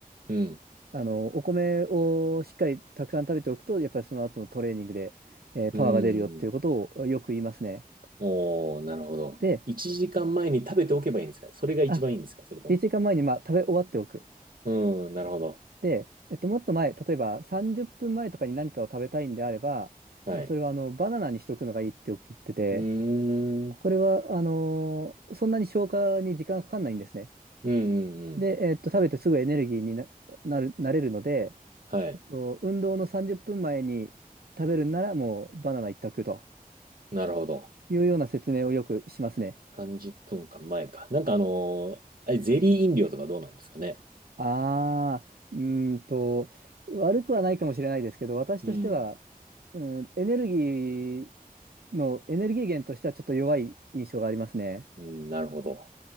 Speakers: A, on the right; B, on the right.
A: うん
B: あのーお米をしっかりたくさん食べておくと、やっぱりその後のトレーニングで、えーパワーが出るよっていうことをよく言いますね。
A: うんうんおー、なるほど。
B: で、
A: 1時間前に食べておけばいいんですかそれが一番いいんですかそれとも。
B: あ、1時間前にまあ食べ終わっておく。
A: うん、なるほど。
B: で、えっと、もっと前、例えば30分前とかに何かを食べたいんであれば、
A: はい。
B: もうそれはあのバナナにしとくのがいいって言ってて、
A: うーん。
B: これはあのーそんなに消化に時間がかかんないんですね。
A: うんうんうん。
B: で、えっと、食べてすぐエネルギーにな、なる、なれるので、
A: はい。
B: えっと運動の30分前に食べるならもうバナナ一択と
A: なるほど。
B: いうような説明をよくしますね。
A: 30分か前か。なんかあのーあれ、ゼリー飲料とかどうなんですかね。
B: ああ、うーんと、悪くはないかもしれないですけど、私としては、
A: うん。
B: うん、エネルギーの、エネルギー源としてはちょっと弱い印象がありますね。
A: うん、なるほど。